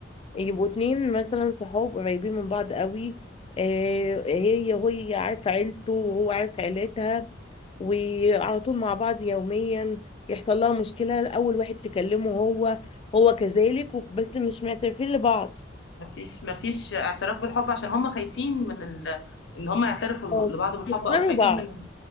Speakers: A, on the left; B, on the left.
A: يبقوا اتنين مثلا صحاب قريبين من بعض قوي آه، هي هي عارفة عيلته وهو عارف عيلتها وعلى طول مع بعض يوميا يحصل لها مشكلة أول واحد تكلمه هو هو كذلك وف- بس مش معترفين لبعض
B: مفيش مفيش اعتراف بالحب عشان هما خايفين من ال... ان هما يعترفوا
A: اه
B: لبعض بالحب
A: يخسروا
B: او خايفين
A: بعض
B: من